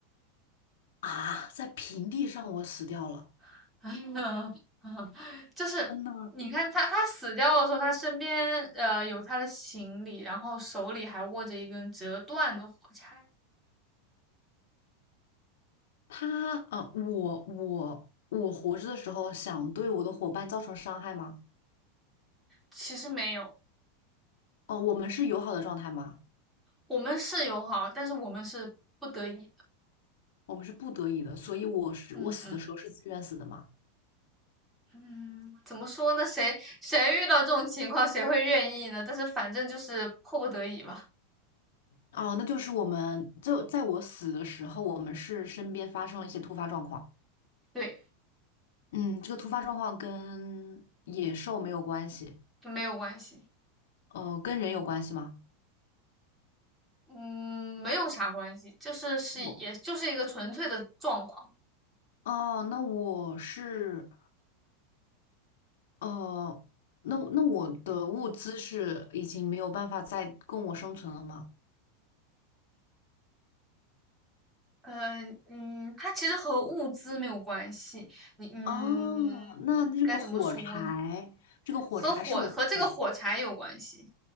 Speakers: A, on the left; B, in the centre.
A: 啊，在平地上我死掉了。
B: <laughs> 哎呀，啊，就是你看他，
A: 嗯呐，
B: 他死掉的时候，他身边呃有他的行李，然后手里还握着一根折断的火柴。
A: 他，啊，我我我活着的时候想对我的伙伴造成伤害吗？
B: 其实没有，
A: 哦，我们是友好的状态吗？
B: 我们是友好，但是我们是不得已的。
A: 我们是不得已的，所以我是我死的时候是自愿死的吗？
B: 嗯嗯嗯，怎么说呢？谁谁遇到这种情况，谁会愿意呢？但是反正就是迫不得已吧。
A: 哦，那就是我们就在我死的时候，我们是身边发生了一些突发状况。
B: 对，
A: 嗯，这个突发状况跟野兽没有关系，
B: 没有关系，
A: 呃，跟人有关系吗？
B: 嗯，没有啥关系，就是是也就是一个纯粹的状况。
A: 我哦，那我是呃，那那我的物资是已经没有办法再供我生存了吗？
B: 嗯嗯，它其实和物资没有关系，你嗯，
A: 哦，那这个火柴，
B: 该怎么说呢？
A: 这个火柴是我自己，
B: 和火和这个火柴有关系。